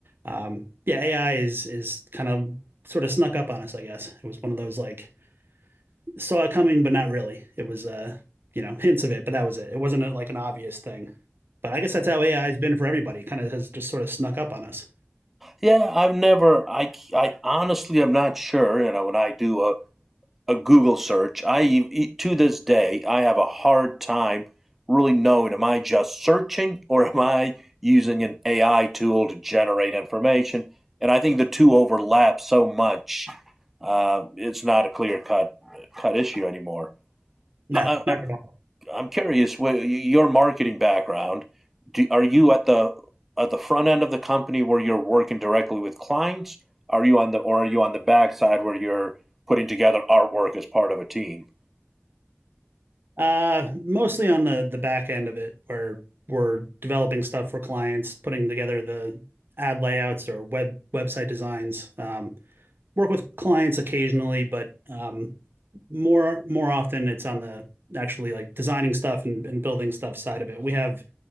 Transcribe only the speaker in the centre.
Yeah, I've never. I I honestly am not sure. You know, when I do a a Google search. I e- e, to this day I have a hard time really knowing am I just searching or am I using an AI tool to generate information? And I think the two overlap so much. Uh, it's not a clear cut cut issue anymore.
I,
I,
I'm curious, wh- your marketing background, do, are you at the at the front end of the company where you're working directly with clients? Are you on the or are you on the back side where you're putting together artwork as part of a team?